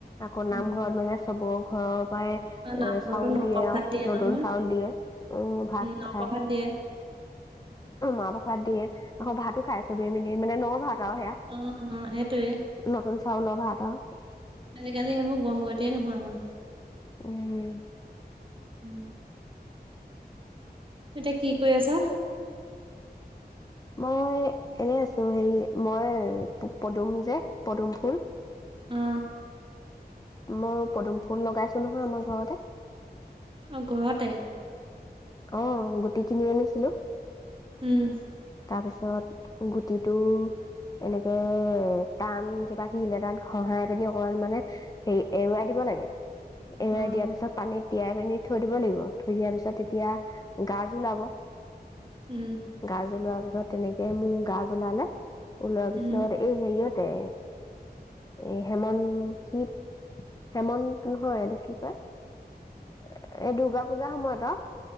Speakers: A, on the left; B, on the right.
A: আকৌ
B: উম,
A: নামঘৰত মানে চব ঘৰৰ পৰায়ে
B: আৰু নামঘৰতো
A: এ চাউল
B: নপ্ৰসাদ
A: দিয়ে অ নতুন
B: নহয়।
A: চাউল দিয়ে উম ভাত
B: নপ্ৰসাদ
A: খাই
B: দিয়ে।
A: মাহ প্ৰসাদ দিয়ে আকৌ ভাতো খাই চবেই মিলি মানে ন ভাত আও সেইয়া।
B: অ অ সেইটোৱে।
A: নতুন চাউলৰ ভাত আও।
B: আজিকালি সেইবোৰ গম গতিয়েই নোহোৱা হ'ল।
A: উম।
B: <inaudible> এতিয়া কি কৰি আছা?
A: মই এনেই আছো হেৰি মই পদুম যে পদুম ফুল
B: অ।
A: মই পদুম ফুল লগাইছো নহয় আমাৰ ঘৰতে।
B: অ ঘৰতে?
A: অ গুটি কিনি আনিছিলো।
B: উম।
A: তাৰপিছত গুটিটো এনেকে টান কিবা শিল এটাত ঘহাই পিনি অকমান মানে হেৰি এৰুৱাই দিব লাগে, এৰুৱাই
B: অ',
A: দিয়াৰ পিছত পানীত তিয়াই পিনি থৈ দিব লাগিব থৈ দিয়াৰ পিছত তেতিয়া গাজ ওলাব।
B: উম।
A: গাজ ওলোৱা পিছত তেনেকে মোৰ গাজ ওলালে ওলোৱাৰ
B: উম,
A: পিছত এই হেৰিয়তে এই হেমন শিৱ হেমন্ত নহয় এইটো কি কয় এই দুৰ্গা পূজাৰ সময়ত আও